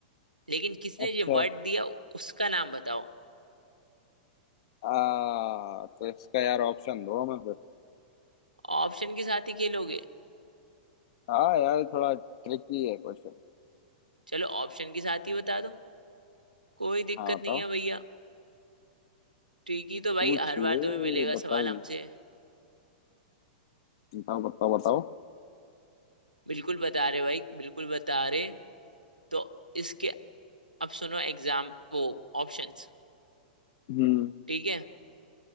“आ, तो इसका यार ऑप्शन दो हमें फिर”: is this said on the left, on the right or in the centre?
Left